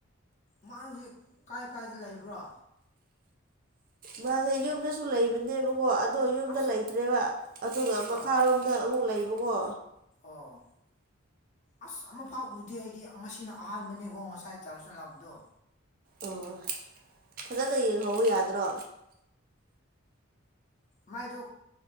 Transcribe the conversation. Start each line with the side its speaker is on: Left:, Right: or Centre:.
Left: ꯃꯥꯒꯤ ꯀꯥꯏ ꯀꯥꯏꯗ ꯂꯩꯕ꯭ꯔꯣ
Right: ꯃꯥꯁꯦ ꯌꯨꯝꯗꯁꯨ ꯂꯩꯕꯅꯦꯕꯀꯣ ꯑꯗꯣ ꯌꯨꯝꯗ
Left: ꯑꯁ
Right: ꯂꯩꯇ꯭ꯔꯦꯕ ꯑꯗꯨꯒ
Left: ꯍꯣꯏ
Right: ꯃꯈꯥꯔꯣꯝꯗ ꯑꯃꯨꯛ ꯂꯩꯕꯉꯣ
Left: ꯑꯣ ꯑꯁ ꯑꯃꯐꯥꯎ ꯎꯗꯦ ꯑꯩꯗꯤ ꯉꯁꯤꯅ ꯑꯍꯥꯟꯕꯅꯤꯀꯣ ꯉꯁꯥꯏ ꯆꯥꯔꯁ ꯂꯥꯛꯄꯗꯣ
Right: ꯑꯣ ꯐꯖꯅ ꯌꯦꯡꯍꯧ ꯌꯥꯗ꯭ꯔꯣ
Left: ꯃꯥꯏꯗꯣ